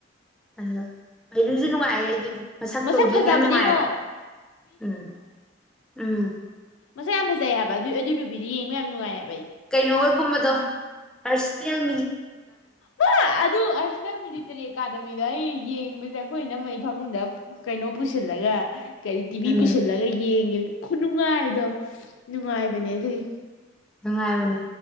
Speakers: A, in the centre; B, on the left.
A: ꯑꯗꯨ ꯑꯩꯔꯨꯁꯨ ꯅꯨꯡꯉꯥꯏꯦ ꯑꯩꯗꯤ ꯃꯁꯛꯇꯣ
B: ꯃꯁꯛ
A: ꯌꯦꯡ
B: ꯐꯖꯕꯅꯦꯉꯣ
A: ꯌꯥꯝ ꯅꯨꯟꯉꯥꯏꯑꯕ ꯎꯝ ꯎꯝ
B: ꯃꯁꯥ ꯌꯥꯝ ꯐꯖꯩꯌꯦ ꯍꯥꯏꯕ ꯑꯗꯨꯏ ꯑꯗꯨ ꯅꯨꯄꯤꯗꯨ ꯌꯦꯡꯕ ꯌꯥꯝ ꯅꯨꯡꯉꯥꯏꯑꯕ
A: ꯀꯩꯅꯣꯒꯒꯨꯝꯕꯗꯣ ꯑꯁ ꯌꯥꯝ
B: ꯋꯥ ꯑꯗꯨ ꯑꯔꯁꯅꯦꯜ ꯃꯤꯂꯤꯇꯔꯤ ꯑꯦꯀꯥꯗꯃꯤꯗ ꯑꯩ ꯌꯦꯡꯕꯁꯦ ꯑꯩꯈꯣꯏꯅ ꯃꯩ ꯐꯃꯨꯡꯗ ꯀꯩꯅꯣ ꯄꯨꯁꯤꯜꯂꯒ ꯀꯔꯤ ꯇꯤꯚꯤ
A: ꯎꯝ
B: ꯄꯨꯁꯤꯜꯂꯒ ꯌꯦꯡꯉꯦꯅꯣ ꯈꯨꯅꯨꯡꯉꯥꯏꯗꯣ ꯅꯨꯡꯉꯥꯏꯕꯅꯦ ꯑꯗꯨꯒꯤ
A: ꯅꯨꯡꯉꯥꯏꯕꯅꯦ